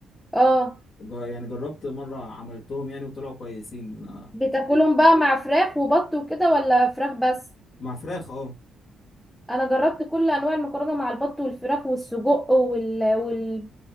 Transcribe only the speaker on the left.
ج- يعني جربت مره عملتهم يعني وطلعوا كويسين آه،
و-
مع فراخ اه